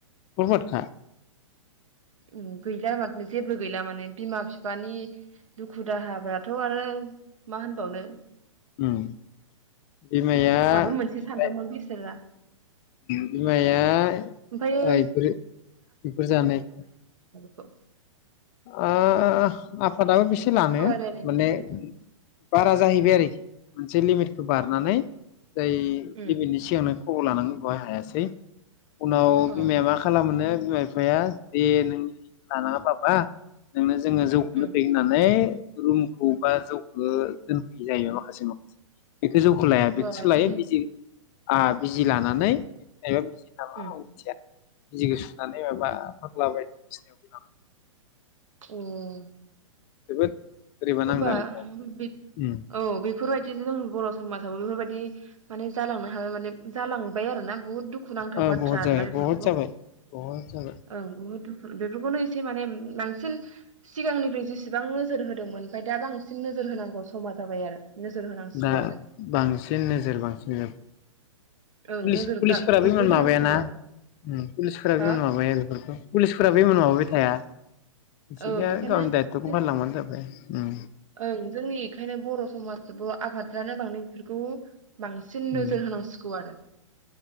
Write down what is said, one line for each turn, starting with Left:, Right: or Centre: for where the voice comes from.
Left: बरबादखा
Right: उम गैला माथो जेबो गैला माने बिमा बिफा नि दुखु दुखु दाहाबाथ' आरो मा होनबावनो
Left: उम बिमाया
Right: माबा मोनसे
Left: बिमा
Right: सानदोंमोन बेसोरा
Left: बिमाया
Right: ओमफ्रायो
Left: ओइ बेफोर बेफोर जानाय
Right: खौ
Left: ओआफादाबो बेसे लानो
Right: सावरायलायनायनि
Left: माने
Right: गेजेरजों
Left: बारा जाहैबाय आरोखि मोनसे लिमिटखौ बारनानै जाय
Right: उम
Left: लेभेलनि सिगांनो खबर लानांगौ हायासै उनाव बिमाया
Right: अ
Left: मा खालामनो बिमा बिफाया दे नों लानाङा बाबा <unintelligible> जोङो जौखौनो
Right: उम
Left: फेयो होननानै रुमखौ बा जौखौ दोनफैयो जायो माखासे माखासे बेखौ जौखौ लाया
Right: र'
Left: बेखौसो लायो
Right: इदि
Left: बिजि आ बिजि लानानै मायबा बिजि नामा
Right: उम
Left: आं मिथिया बिजिखौ सुनानै माबा फाग्ला बायदिसिनायाव लां
Right: उम
Left: जोबोद बोरैबा
Right: होमबा
Left: नांदों आरोखि
Right: बे
Left: उम
Right: औ बेफोरबाय दि जों बर' समाजावबो बेफोरबायदि माने जालांनो हाबाय माने जालांबाय आरो ना बुहुत दुखु दुखुनांथाव
Left: ओ
Right: बाथ्रा
Left: बहुद जाबाय
Right: आरोना बेफोरखौ
Left: बहुद जाबाय बहुद जाबाय
Right: ओं बुहुद बेफोरखौनो एसे माने बांसिन सिगांनिख्रुइ जेसेबां नोजोर होदोंमोन ओमफ्राय दा बांसिन नोजोर होनांगौ समा जाबाय आरो नोजोर होनांसिगौ
Left: दा
Right: आरो
Left: बांसिन नोजोर बांसिन जोब
Right: ओं
Left: पुलिस
Right: नोजोर
Left: पुलिसफोराबो
Right: गा- गोग्लैहोनांसिगौ
Left: इमान माबायाना
Right: आरो
Left: उ पुलिसफोराबो
Right: हो
Left: इमान माबाया बेफोरखौ पुलिसफोराबो बै मोन माबाबाय थाया बिसोरनिया
Right: ओं बेखायनो
Left: गावनि दायथ'खौ
Right: जों
Left: फालिलांबानो जाबाय उम
Right: ओं जोंनि बेखायनो बर' समाज सुबुंङा आबादफ्रानो बांदों बेफोरखौ बांसिन
Left: उम
Right: नोजोर होनांसिगौ आरो